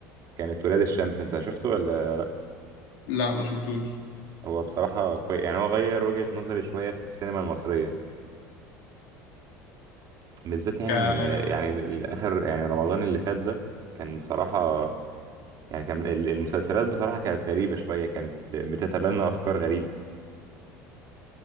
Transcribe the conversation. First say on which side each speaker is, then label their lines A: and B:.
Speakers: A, on the right; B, on the left.
A: كانت ولاد الشمس انت شفته ولا
B: لا ما شفتوش
A: هو بصراحة كويس يعني هو غير وجهة نظري شوية في السينما المصرية بالذات يعني
B: ك
A: إن يعني آخر يعني رمضان اللي فات ده كان بصراحة يعني كان ال- المسلسلات بصراحة كانت غريبة شوية كانت ب- بتتبنى أفكار غريبة